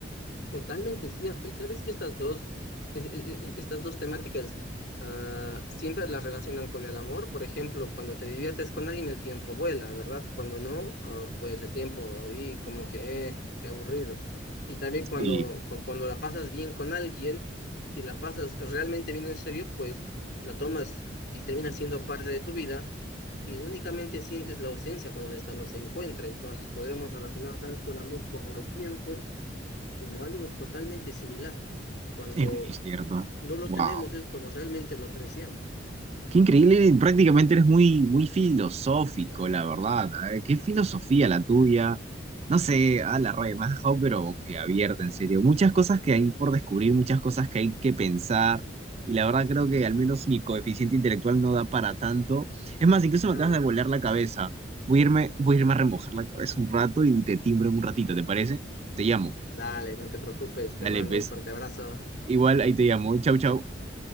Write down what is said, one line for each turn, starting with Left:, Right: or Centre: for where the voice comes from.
Left: Totalmente cierto. Y sabes que estas dos, e- e- e- estas dos temáticas ah, siempre las relacionan con el amor. Por ejemplo, cuando te diviertes con alguien, el tiempo vuela, ¿verdad? Cuando no, ah, pues el tiempo ahí como que, eh, qué aburrido. Y también cuando,
Right: Sí,
Left: cu- cuando la pasas bien con alguien y la pasas realmente bien en serio, pues la tomas y termina siendo parte de tu vida y únicamente sientes la ausencia cuando esta no se encuentra. Entonces podremos relacionar tanto el amor como el tiempo como algo totalmente similar. Cuando
Right: es muy cierto.
Left: no lo
Right: Wow.
Left: tenemos es cuando realmente lo apreciamos.
Right: Qué increíble, prácticamente eres muy, muy filosófico, la verdad. A ver, Qué filosofía la tuya. No sé, a la raya, me has dejado, pero que abierta, en serio. Muchas cosas que hay por descubrir, muchas cosas que hay que pensar. Y la verdad creo que al menos mi coeficiente intelectual no da para tanto. Es más, incluso
Left: No,
Right: me acabas de volar la cabeza. Voy a irme, voy a irme a remojar la cabeza un rato y te timbro en un ratito, ¿te parece? Te llamo.
Left: dale, no te preocupes, te
Right: Dale,
Left: mando
Right: pues.
Left: un fuerte abrazo.
Right: Igual ahí te llamo. Chau, chau.